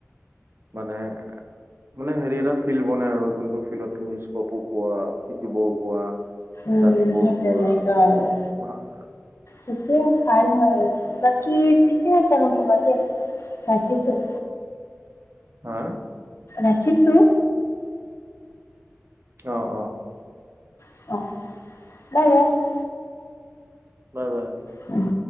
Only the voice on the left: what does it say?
উম,
সেই
তেনেকা আৰু
সিটোৱে ভাল হয় আৰু কি ঠিকে আছে নহ'বা দে, ৰাখিছোঁ।
ৰাখিছোঁ।
অ' <unintelligible>
অ',